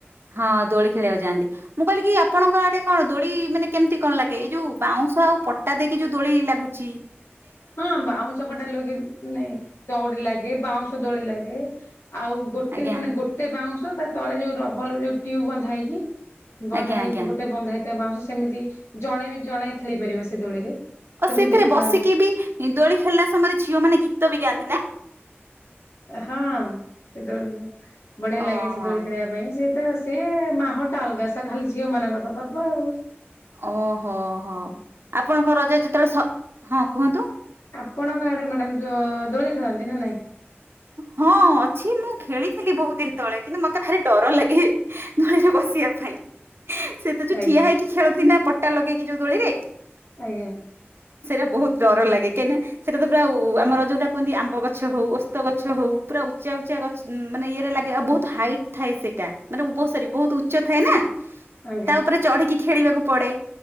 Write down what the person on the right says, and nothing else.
ହଁ ଦୋଳି ଖେଳିବାକୁ ଯାଆନ୍ତି। ମୁଁ କହିଲି କି ଆପଣଙ୍କ ଆଡ଼େ କଣ ଦୋଳି ମାନେ କେମିତି କଣ ଲାଗେ, ଏଇ ଯୋଉ ବାଉଁଶ ଆଉ ପ ଟା ଦେଇକି ଯୋଉ ଦୋଳି ଲାଗୁଚି।
ଆଜ୍ଞା
ଆଜ୍ଞା
ଆଜ୍ଞା
ଓଃ
ସେଥିରେ
ବସିକି
ବି ଦୋଳି ଖେଳିଲା ସମୟରେ ଝିଅ ମାନେ ଗୀତ ବି ଗାଆନ୍ତି ନା?
ଓହୋ
ଅ ହୋଃ ହଃ ଆପଣଙ୍କ ରଜ ଯେତେବେଳେ ସ ହଁ କୁହନ୍ତୁ?
ହଁ ଅଛି ମୁଁ ଖେଳିଥିଲି ବୋହୁତ୍ ଦିନ୍ ତଳେ କିନ୍ତୁ ମତେ ଭାରି ଡର ଲାଗେ। ଦୋଳିରେ ବସିବା ପାଇଁ। ସେ ତ ଯୋଉ
ଠିଆ ହେଇକି ଖେଳନ୍ତି ନା ପଟା ଲଗେଇକି ଯୋଉ ଦୋଳିରେ।
ସେରା ବୋହୁତ୍ ଡର ଲାଗେ କାହିଁକିନା ସେଇଟା ତ ପୁରା ଉ ଆମର ଯୋଉଟା କୁହନ୍ତି ଆମ୍ବ ଗଛ ହଉ ଓସ୍ ଓସ୍ତ ଗଛ ହୋଉ ପୁରା ଉଚା ଉଚା ଗଛ ଉଁ ମାନେ ଇଏରେ ଲାଗେ ଆଉ ବୋହୁତ୍ ହାଇଟ୍ ଥାଏ ସେଟା। ମାନେ ଭୋଉ ସରୀ ବୋହୁତ୍ ଉଚ୍ଚ ଥାଏ ନା?
ତା ଉପରେ ଚଢ଼ିକି ଖେଳିବାକୁ ପଡ଼େ